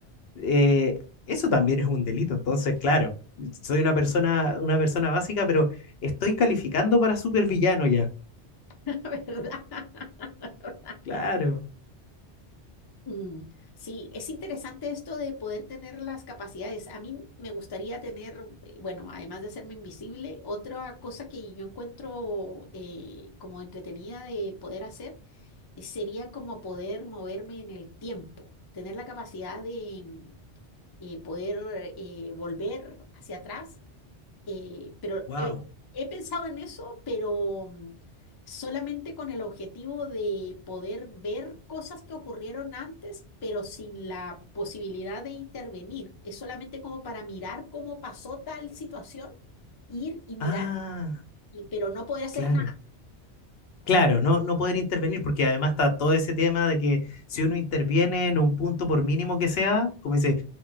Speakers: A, on the left; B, on the left.
A: eh, eso también es un delito. Entonces, claro, soy una persona, una persona básica, pero estoy calificando para supervillano ya.
B: <laughs> ¿verdad? <laughs> ¿Verdad?
A: Claro.
B: Mm, sí, es interesante esto de poder tener las capacidades. A mí me gustaría tener, eh, bueno, además de hacerme invisible, otra cosa que yo encuentro eh, como entretenida de poder hacer eh, sería como poder moverme en el tiempo, tener la capacidad de mm, eh, poder eh, volver hacia atrás. eh, pero
A: Wow.
B: he, he pensado en eso, pero mm, solamente con el objetivo de poder ver cosas que ocurrieron antes, pero sin la posibilidad de intervenir. Es solamente como para mirar cómo pasó tal situación, ir y mirar,
A: Ah,
B: y, pero no poder hacer
A: claro.
B: nada.
A: Claro, no, no poder intervenir, porque además está todo ese tema de que si uno interviene en un punto, por mínimo que sea, como dice,